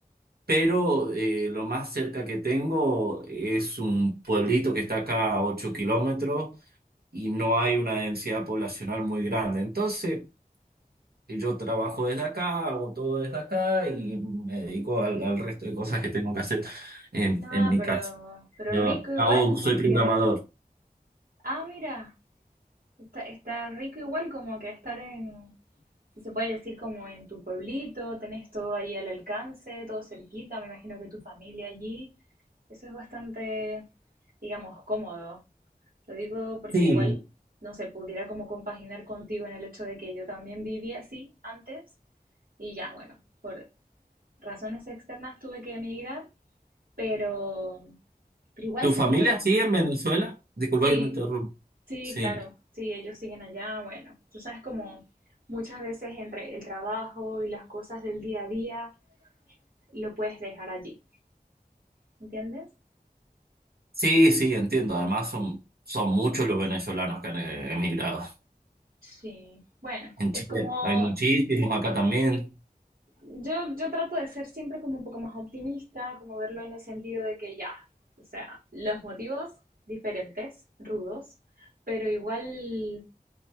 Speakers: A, on the right; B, on the right.
A: pero eh, lo más cerca que tengo es un pueblito que está acá a 8 kilómetros y no hay una densidad poblacional muy grande. Entonces, yo trabajo desde acá, hago todo desde acá y me dedico al, al resto de cosas que tengo que hacer en,
B: No,
A: en mi
B: pero,
A: casa.
B: pero
A: Yo
B: rico igual
A: hago, soy
B: porque...
A: programador.
B: Ah, mira, está, está rico igual como que estar en, si se puede decir, como en tu pueblito, tenés todo allí al alcance, todo cerquita, me imagino que tu familia allí. Eso es bastante, digamos, cómodo. Lo digo porque
A: Sí.
B: igual, no sé, pudiera como compaginar contigo en el hecho de que yo también viví así antes y ya, bueno, por razones externas tuve que emigrar, pero, pero igual
A: ¿Tu
B: se
A: familia
B: añora.
A: sigue en Venezuela? Disculpa
B: Sí,
A: que te interrumpa.
B: sí,
A: Sí.
B: claro, sí, ellos siguen allá, bueno, tú sabes como muchas veces entre el trabajo y las cosas del día a día lo puedes dejar allí, ¿entiendes?
A: Sí, sí, entiendo. Además, son, son muchos los venezolanos que han eh, emigrado.
B: Sí, bueno,
A: En
B: es
A: Chile
B: como
A: hay muchísimos, acá también.
B: Yo, yo trato de ser siempre como un poco más optimista, como verlo en el sentido de que ya, o sea, los motivos diferentes, rudos, pero igual